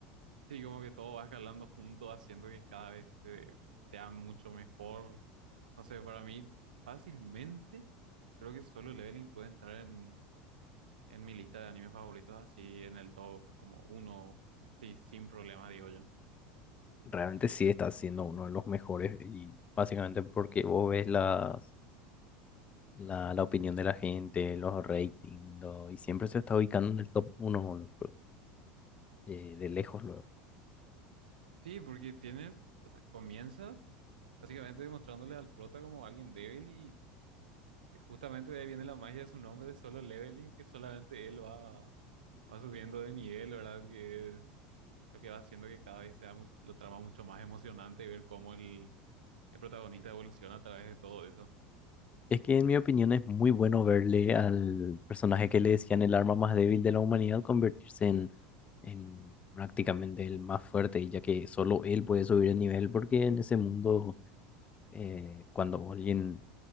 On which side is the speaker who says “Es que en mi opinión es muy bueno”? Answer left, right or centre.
Left